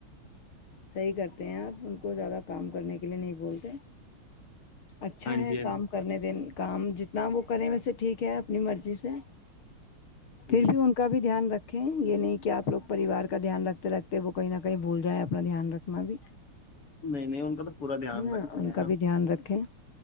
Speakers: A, on the left; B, on the left.
A: صحیح کرتے ہیں آپ ان کو زیادہ کام کرنے کے لیے نہیں بولتے اچھا
B: ہاں
A: ہے
B: جی ہاں
A: کام
B: جی
A: کرنے دیں کام جتنا وہ کریں ویسے ٹھیک ہے اپنی مرضی سے ٹھیک
B: جی
A: ہے کا بھی دھیان رکھیں یہ نہیں کہ آپ لوگ پریوار کا دھیان رکھتے رکھتے وہ کہیں نہ کہیں بھول جائیں اپنا دھیان رکھنا بھی
B: نہیں نہیں ان کا تو پورا دھیان
A: ہے نا
B: رکھتے
A: ان
B: ہیں
A: کا بھی دھیان رکھیں